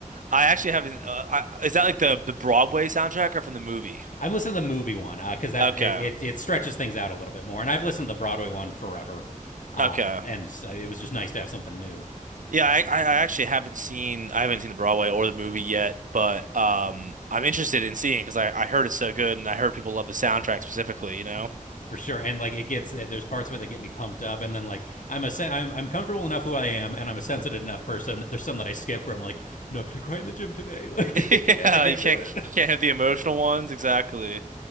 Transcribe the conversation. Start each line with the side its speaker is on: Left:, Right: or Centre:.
Right: I actually haven't. Uh, I, is that like the the Broadway soundtrack or from the movie?
Left: I'm listening to the movie one because uh,
Right: Okay,
Left: that it, it it stretches things out a little bit more. And I've listened to the Broadway one forever, um,
Right: okay.
Left: and so it was just nice to have something new.
Right: Yeah, I, I I actually haven't seen I haven't seen the Broadway or the movie yet, but um, I'm interested in seeing it because I, I heard it's so good and I heard people love the soundtrack specifically, you know? <laughs>
Left: for sure. And like it gets eh, there's parts of it that get me pumped up, and then like I'm a I'm, I'm comfortable enough who I am, and I'm a sensitive enough person that there's some that I skip where I'm like I'm not gonna cry in the gym today. <laughs> Like
Right: Yeah,
Left: I can't I can't
Right: you can't
Left: do it.
Right: can't have the emotional ones exactly.